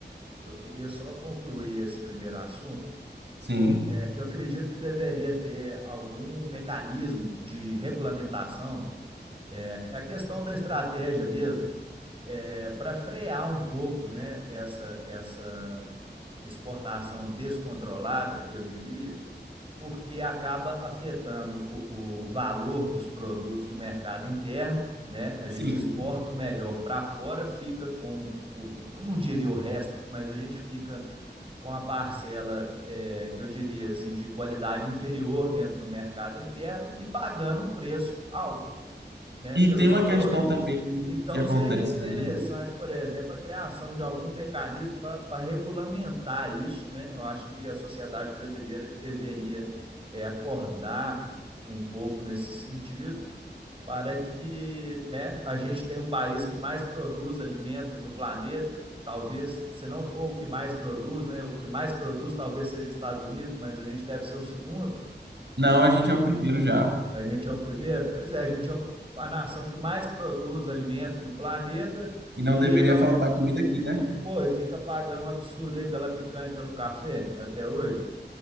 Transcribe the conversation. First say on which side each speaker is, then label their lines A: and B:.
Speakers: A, on the right; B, on the right.
A: eu queria só concluir esse primeiro assunto
B: Sim.
A: é, que eu acredito que deveria ter algum mecanismo de regulamentação, é é a questão da estratégia mesmo, é, para frear um pouco né, essa, essa exportação descontrolada, eu diria, porque acaba afetando o, o, o valor dos produtos no mercado interno. Né? A
B: Sim.
A: gente exporta o melhor para fora, fica com, o, não diria o resto, mas a gente fica com a parcela é, que eu diria assim de qualidade inferior dentro do mercado interno e pagando um preço alto, né,
B: E
A: pelos
B: tem uma
A: produtos.
B: questão também que,
A: Então
B: que acontece
A: seria interessante,
B: aí,
A: por exemplo, a criação de algum mecanismo para regulamentar isso, né? Eu acho que a sociedade brasileira deveria é, acordar um pouco nesse sentido para que, né, a gente tenha o país que mais produz alimento no planeta. Talvez, se não for o que mais produz, né, o que mais produz talvez seja os Estados Unidos, mas a gente deve ser o segundo.
B: Não, a gente é o primeiro já.
A: A gente é o primeiro. Pois é, a gente é a nação que mais produz alimento no planeta
B: E não
A: e,
B: deveria
A: no,
B: faltar comida aqui, né?
A: e pô, e fica pagando um absurdo aí pela picanha e pelo café até hoje.